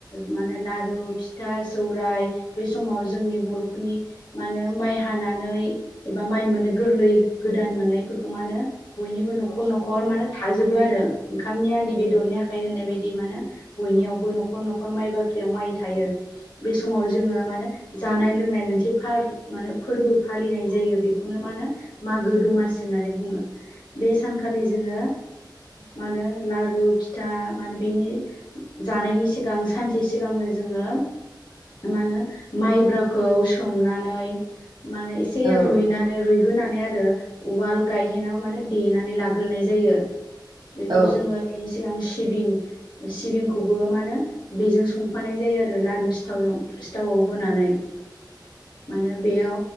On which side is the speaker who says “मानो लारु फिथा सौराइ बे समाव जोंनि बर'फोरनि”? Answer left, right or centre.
Left